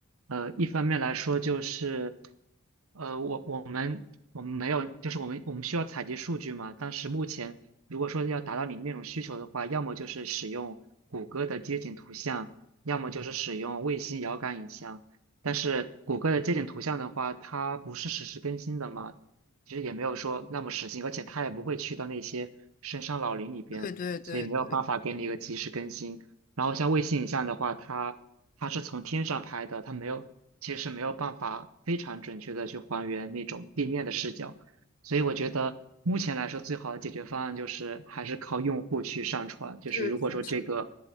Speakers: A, on the right; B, on the left.
A: 呃，一方面来说就是，呃，我我们我们没有，就是我们我们需要采集数据嘛。但是目前如果说要达到你那种需求的话，要么就是使用谷歌的街景图像，要么就是使用卫星遥感影像。但是谷歌的街景图像的话，它不是实时更新的嘛，其实也没有说那么实心，而且它也不会去到那些深山老林里边，
B: 对对对对，
A: 所以没有办法给你一个及时更新。然后像卫星影像的话，它它是从天上拍的，它没有，其实是没有办法非常准确的去还原那种地面的视角，所以我觉得目前来说最好的解决方案就是还是靠用户去上传，就是如果说这个
B: 是是是，